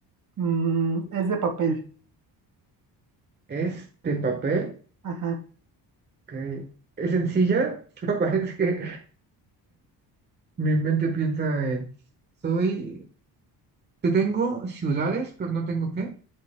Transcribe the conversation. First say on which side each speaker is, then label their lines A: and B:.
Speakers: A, on the right; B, on the right.
A: Mm, es de papel.
B: Es de papel
A: Ajá.
B: Ok. Es sencilla, <laughs> pero parece que mi mente piensa en, soy, te tengo ciudades, pero no tengo qué.